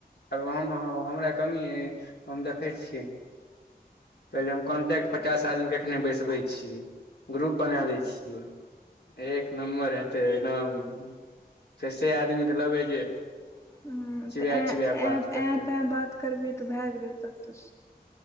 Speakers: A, on the left; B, on the left.
A: ह हम हमरा कमी य हम देखै छियै पहिले हम कॉन्टेक्ट पचास आदमी के एखने बैसबे छीयै ग्रुप बना ले छियै एक नम्बर हेतै एकदम से सेे आदमी के लगे जे
B: हँ
A: चिड़िया
B: त <unintelligible>
A: चिड़िया बात करते
B: बात करबही तऽ भए गेलै <inaudible> तब तऽ